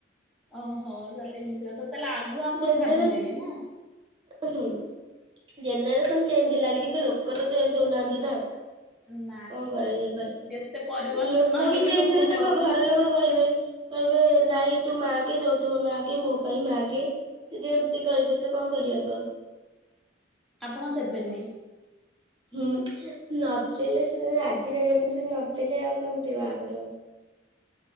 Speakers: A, in the centre; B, on the right.
A: ଓହୋ ତାହେଲେ ଏମିତି କଥା ତାହେଲେ ଆଗୁଆ ଆପଣ
B: ଜେନେରେସନ
A: ଭାବିଲେଣି ନା ।
B: ହୁଁ ଜେନେରେସନ ଚେଞ୍ଜ ହେଲାଣି କିନ୍ତୁ ଲୋକତ ଚେଞ୍ଜ ହଉନାହାନ୍ତି ନା ।
A: <inaudible>
B: କଣ କରାଯାଇପାରେ
A: ଯେତେ ପରିବର୍ତ୍ତନ
B: ଲୋକବି
A: ବି
B: ଚେଞ୍ଜ
A: ଲୋକଙ୍କର
B: ହେଲେ ତାଙ୍କ ଘରଲୋକ କହିବେ କହିବେ । ନାଇଁ ତୁ ମ ଆେ ଯାଉଥିବ ମାଗେ ମୋ ପାଇଁ ମାଗେ ଯଦି ଏମିତି କହିବେ ତ କଣ କରିହବ ଆଉ ।
A: ଆପଣ ଦେବେନି ।
B: ହୁଁ ନ ଦେଲେ ଆଜିକା ଜେନେରେସନ ନଦେଲେ ଆଉ କେମିତି ବାହାଘର ।